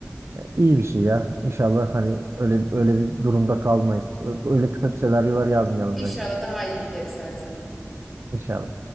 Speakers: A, on the right; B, in the centre.
A: İyi bir şey ya. İnşallah hani öyle öyle bir durumda kalmayız. Öyle kötü senaryolar yazmayalım
B: İnşallah
A: bence.
B: daha iyi gideriz her zaman.
A: İnşallah.